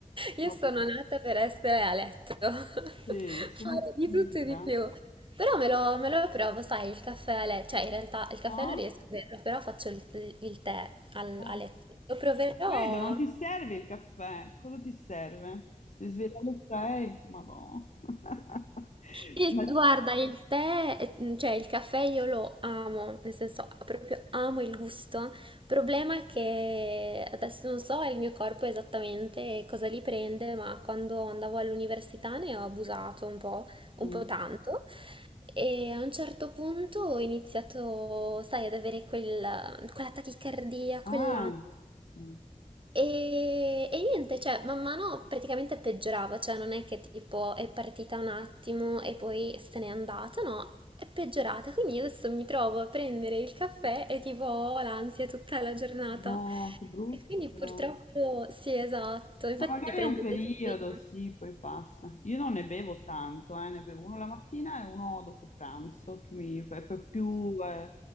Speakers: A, on the right; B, on the left.
A: Io
B: Sono
A: sono
B: pigra.
A: nata per essere a letto, <laughs>
B: Sì, sono
A: fare di
B: pigra.
A: tutto e di più. Però me lo, me lo provo, sai, il caffè a letto, cioè in realtà il caffè
B: No?
A: non riesco a berlo, però faccio il, il tè al-
B: Eh,
A: a letto. Lo proverò
B: credo, non ti serve il caffè. Cosa ti serve? Si sveglia alle sei? Madonna. <laughs>
A: Il-
B: Ma... s-
A: guarda, il tè, eh, cioè il caffè io lo amo, nel senso proprio amo il gusto. Il problema è che adesso non so il mio corpo esattamente cosa li prende, ma quando andavo all'università ne ho abusato un po', un
B: mm.
A: po' tanto. E a un certo punto ho iniziato, sai, ad avere quel- quella tachicardia,
B: Ah,
A: quell'ansia.
B: sì.
A: E, e niente, cioè, man mano praticamente peggiorava, cioè non è che tipo è partita un attimo e poi se n'è andata, no, è peggiorata. Quindi io adesso mi trovo a prendere il caffè e tipo ho l'ansia tutta la giornata.
B: No, che brutto
A: E quindi
B: però.
A: purtroppo sì, esatto, infatti
B: Ma magari
A: prendo
B: è un periodo,
A: il detergente.
B: sì, poi passa. Io non ne bevo tanto, eh, ne bevo uno la mattina e uno dopo pranzo, che mi, è proprio più, eh,